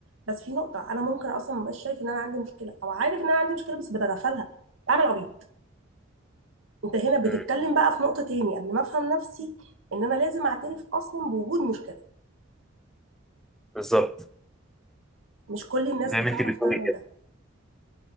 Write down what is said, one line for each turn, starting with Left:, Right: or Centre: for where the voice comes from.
Right: بس في نقطه انا ممكن اصلا مبقاش شايف ان انا عندي مشكله او عارف ان انا عندي مشكله بس بتغفلها بعمل عبيط انت هنا بتتكلم
Centre: مم،
Right: بقى في نقطة تاني قبل ما افهم نفسي ان انا لازم اعترف اصلا بوجود مشكلة
Centre: بالظبط
Right: مش كل الناس
Centre: زي
Right: بتعرف
Centre: ما انت بتقولي
Right: تعمل
Centre: كده
Right: ده